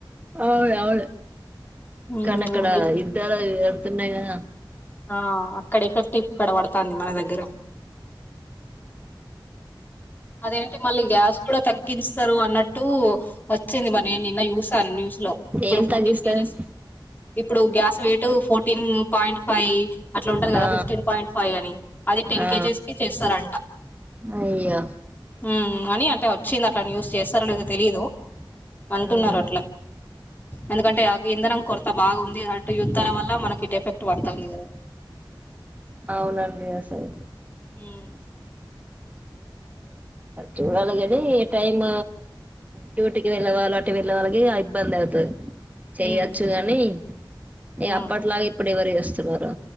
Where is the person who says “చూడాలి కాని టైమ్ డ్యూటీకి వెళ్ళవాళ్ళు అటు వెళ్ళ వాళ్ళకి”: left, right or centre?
Right